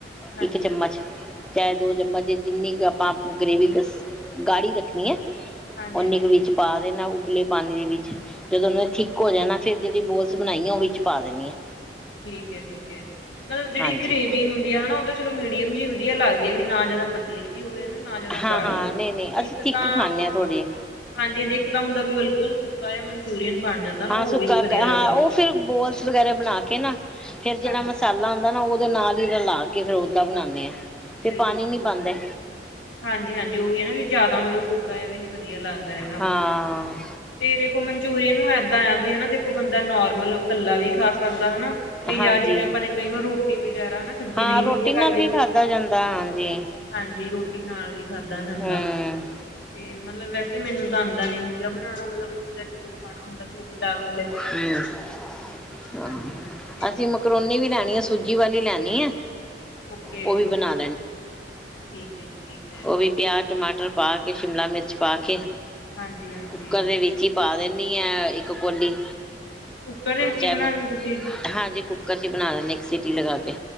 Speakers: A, on the left; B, in the centre.
A: ਹਾਂਜੀ
B: ਇੱਕ ਚਮਚ
A: ਹਾਂਜੀ
B: ਚਾਹੇ ਦੋ ਚਮਚ ਜਿੰਨੀ ਕੁ ਆਪਾਂ ਗਰੇਵੀ ਬਸ ਗਾੜ੍ਹੀ ਰੱਖਣੀ ਐ।
A: ਹਾਂਜੀ
B: ਉੱਨੀ
A: ਹਾਂਜੀ
B: ਕੁ ਵਿੱਚ ਪਾ ਦੇਣਾ। ਉਬਲੇ ਪਾਣੀ ਦੇ ਵਿੱਚ ਜਦੋਂ ਉਹਨਾਂ ਨੇ ਥਿੱਕ ਹੋ ਜਾਣਾ, ਫਿਰ ਜਿਹੜੀ ਬੋਲਸ ਬਣਾਈਆਂ ਉਹ ਵਿੱਚ ਪਾ ਦੇਣੀਆਂ।
A: ਠੀਕ ਹੈ, ਠੀਕ ਹੈ। ਮਤਲਬ ਜਿਹੜੀ
B: ਹਾਂਜੀ
A: ਗਰੇੇਵ ਹੁੰਦੀ ਹਨਾ, ਉਹ ਤਾਂ ਚਲੋ ਮੀਡੀਅਮ ਜਿਹੀ ਵਧੀਆ ਲਗਦੀ ਹੈ ਵੀ ਨਾ ਜਿਆਦਾ ਪਤਲੀ ਜਿਹੀ ਹੋਵੇ ਹਨਾ। ਨਾ ਜਿਆਦਾ
B: ਹਾਂ
A: ਗਾੜੀ,
B: ਹਾਂ ਨਹੀਂ ਨਹੀਂ ਅਸੀਂ
A: ਇੱਕ
B: ਥਿੱਕ
A: ਤਾਂ
B: ਖਾਂਦੇ ਹਾਂ ਥੋੜ੍ਹੀ
A: ਹਾਂਜੀ-ਹਾਂਜੀ ਇੱਕ ਤਾਂ ਹੁੰਦਾ ਵੀ ਬਿਲਕੁਲ ਤੂੰ ਸੁਕਾ ਜਾ ਮਨਚੂਰੀਅਨ ਬਣ ਜਾਂਦਾ ਨਾ
B: ਹਾਂ,
A: ਉਹ
B: ਸੁੱਕਾ
A: ਵੀ ਨੀ ਵਧੀਆ ਲੱਗਦਾ
B: ਹਾਂ ਉਹ ਫਿਰ ਬੋਲਸ ਵਗੈਰਾ ਬਣਾ ਕੇ ਨਾ ਫਿਰ ਜਿਹੜਾ
A: ਹਾਂਜੀ
B: ਮਸਾਲਾ ਹੁੰਦਾ ਨਾ ਦੇ ਨਾਲ ਹੀ ਰਲਾ ਕੇ, ਫ਼ਿਰ ਓਦਾ ਬਣਾਨੇ ਹਾਂ। ਫਿਰ
A: ਬਿਲਕੁਲ,
B: ਪਾਣੀ ਨਹੀਂ
A: ਬਿਲਕੁਲ,
B: ਪਾਉਂਦੇ
A: ਹਾਂਜੀ- ਹਾਂਜੀ ਉਹੀ ਹੈ ਨਾ ਵੀ ਜ਼ਿਆਦਾ ਮਤਲਬ ਸੁਕਾ ਵੀ ਨੀ ਵਧੀ ਵਧੀਆ, ਲੱਗਦਾ ਹੈਗਾ।
B: ਹਾਂ
A: ਤੇ ਦੇਖੋ ਮੰਚੂਰੀਅਨ ਨੂੰ ਇਦਾਂ ਆ ਵੀ ਹੈ ਨਾ। ਦੇਖੋ, ਬੰਦਾ ਨਾਰਮਲ ਕੱਲਾ ਵੀ ਖਾ ਸਕਦਾ ਹੈ ਨਾ। ਤੇ
B: ਹਾਂਜੀ
A: ਯਾਰ ਜਿਵੇਂ ਆਪਾਂ ਨੇ ਕਈ ਵ ਰੋਟੀ ਵਗੈਰਾ ਹਨਾ ਸਬਜ਼ੀ
B: ਹਾਂ
A: ਨਹੀਂ
B: ਰੋਟੀ
A: ਵਧੀਆ
B: ਨਾਲ
A: ਲੱਗਦੀ।
B: ਵੀ ਖਾਧਾ ਜਾਂਦਾ ਹਾਂਜੀ
A: ਹਾਂਜੀ। ਰੋਟੀ ਨਾਲ ਵੀ ਖਾਧਾ ਜਾਂਦਾ
B: ਹਮ
A: ਤੇ ਮਤਲਬ ਤੇ ਮੈਨੂੰ ਤਾਂ ਆਉਂਦਾ ਨਹੀਂ ਸੀਗਾ ਬਣਾਉਣਾ, ਮਤਲਬ ਜਿੱਦਾਂ ਜਦੋਂ ਖਾਣਾ ਹੁੰਦਾ। ਬਾਜ਼ਾਰੋਂ ਲੈ ਕੇ
B: ਹਮ
A: ਆਨੇ ਆ। ਹਾਂਜੀ-ਹਾਂਜੀ
B: ਅਸੀਂ ਮਕਰੋਨੀ ਵੀ ਲੈਣੀ ਆ ਸੂਜੀ ਵਾਲੀ ਲੈਣੀ। ਣੀ ਆ
A: ਓਕੇ,
B: ਉਹ ਵੀ ਬਣਾ
A: ਠੀਕ ਆ।
B: ਓਹੀ ਪਿਆਜ਼, ਟਮਾਟਰ ਪਾ ਕੇ, ਸ਼ਿਮਲਾ ਮਿਰਚ ਪਾ ਕੇ।
A: ਹਾਂਜੀ-ਹਾਂਜੀ।
B: ਕੁੱਕਰ ਦੇ ਵਿੱਚ ਹੀ ਪਾ ਦਿੰਦੀ ਆ, ਇੱਕ ਕੌਲੀ।
A: ਕੁੱਕਰ ਦੇ ਵਿੱਚ ਹੀ
B: ਚਾਹੇ
A: ਬਣਾਣੀ ਤੁਸੀਂ
B: ਹਾਂਜੀ, ਕੁੱਕਰ 'ਚ ਹੀ ਬਣਾ ਲੈਂਦੇ ਆ ਇੱਕ, ਸੀਟੀ ਲਗਾ ਕੇ।